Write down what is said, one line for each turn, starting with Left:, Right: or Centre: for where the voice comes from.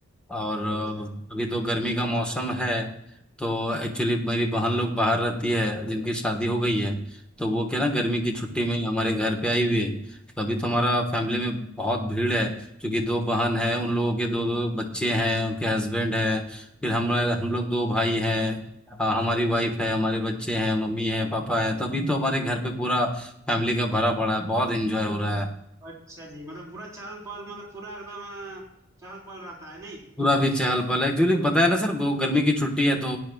Centre: और
Right: अच्छा
Centre: अभी तो गर्मी का मौसम है तो एक्चुअली मेरी बहन लोग बाहर रहती है जिनकी शादी हो गई है तो वो क्या ना गर्मी की छुट्टी
Right: अच्छा
Centre: में हमारे घर पे आई हुई है तो अभी तो हमारा फैमिली में बहुत भीड़ है क्योंकि दो बहन है उन लोगों के दो दो बच्चे हैं उनके हस्बैंड है फिर हम हम लोग दो भाई हैं अ, हमारी वाइफ है हमारे बच्चे हैं मम्मी है पापा है तो अभी तो हमारे घर पे पूरा फैमिली का भरा पड़ा है बहुत एंजॉय हो रहा है
Right: अच्छा जी मतलब पूरा चहल पहल मतलब पूरा एकदम अ, चहल पहल रहता है नहीं
Centre: पूरा भी चहल पहल है। एक्चुअली बताया ना सर वो गर्मी की छुट्टी है तो